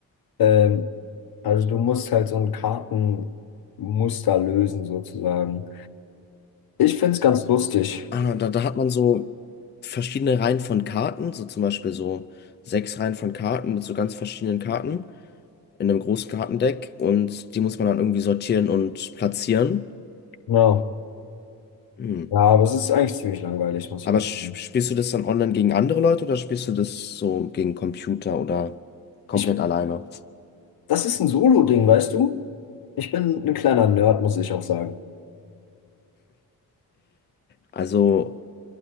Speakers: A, on the left (about 70°); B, on the left (about 30°).
A: Ähm, also du musst halt so ein Kartenmuster lösen sozusagen. Ich find's ganz lustig.
B: Ah, da, da hat man so verschiedene Reihen von Karten, so zum Beispiel so sechs Reihen von Karten mit so ganz verschiedenen Karten in einem großen Kartendeck und die muss man dann irgendwie sortieren und platzieren.
A: Genau.
B: Hm.
A: Ja, aber es ist eigentlich ziemlich langweilig, muss
B: Aber
A: ich ehrlich
B: sch-
A: sagen.
B: spielst du das dann online gegen andere Leute oder spielst du das so gegen Computer oder komplett
A: Ich,
B: alleine?
A: das ist ein Solo-Ding, weißt du? Ich bin ein kleiner Nerd, muss ich auch sagen.
B: Also